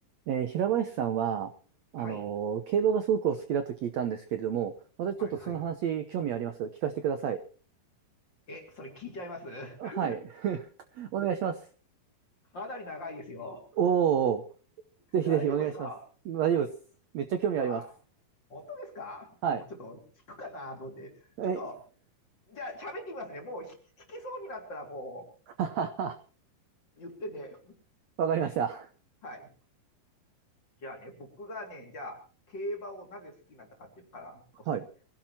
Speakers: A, on the right; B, on the left.
A: えー平林さんは、あのー競馬がすごくお好きだと聞いたんですけれども、
B: はい、
A: 私ちょっとその話興味あります。
B: はい、はい。
A: 聞かせてください。
B: え、それ聞いちゃいます <laughs>
A: はい。<laughs> お願いします。
B: かなり長いですよ。
A: おお、ぜひぜひお願いします。
B: 大丈夫ですか
A: 大丈夫です。めっちゃ興味あります。
B: はい。本当ですかいやもうちょっと聞くかなと思って。
A: はい。え、
B: ちょっと、
A: <laughs>
B: じゃあ喋ってみますね。もうひ引きそうになったらも
A: ははは。
B: う言ってね。
A: わかりました。
B: はい。じゃあね、僕がね、じゃあ競馬をなぜ好きになったかっていうのからお紹
A: はい。